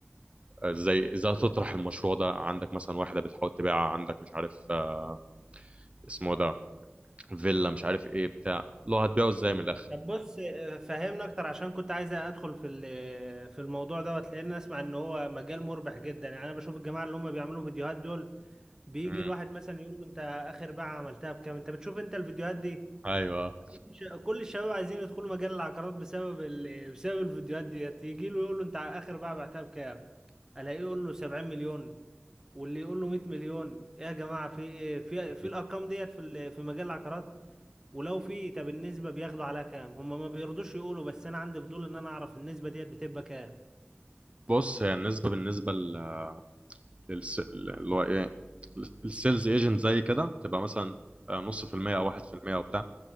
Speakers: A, on the right (about 30°); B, on the right (about 15°).
A: ازاي ازاي تطرح المشروع ده عندك مثلا واحده بتحاول تبيعها عندك مش عارف آه، اسمه ده فيلا مش عارف ايه بتاع اللي هو هتبيعه ازاي من الاخر
B: طب بص آه، فهمنا اكتر عشان كنت عايز ادخل في ال- في الموضوع دوت لان اسمع ان هو مجال مربح جدا يعني انا بشوف الجماعه اللي هم بيعملوا فيديوهات دول بيجي
A: مم.
B: الواحد مثلا يقول له انت اخر بيعه عملتها بكام انت بتشوف انت الفيديوهات دي
A: ايوه
B: كل شا- كل الشباب عايزين يدخلوا مجال العقارات بسبب ال... بسبب الفيديوهات ديت يجي له يقول له انت اخر بيعه بعتها بكام الاقيه يقول له 70 مليون واللي يقول له 100 مليون ايه يا جماعه في إيه؟ في في
A: <laughs>
B: الارقام ديت في ال- في مجال العقارات ولو في طب النسبة بياخدوا عليها كام هم ما بيرضوش يقولوا بس انا عندي فضول ان انا اعرف النسبة ديت بتبقى كام
A: بص هي النسبة بالنسبة لل- للس... اللي هو ايه السيلز ايجنت زي كده تبقى مثلا آه، نص في المية او واحد في المية وبتاع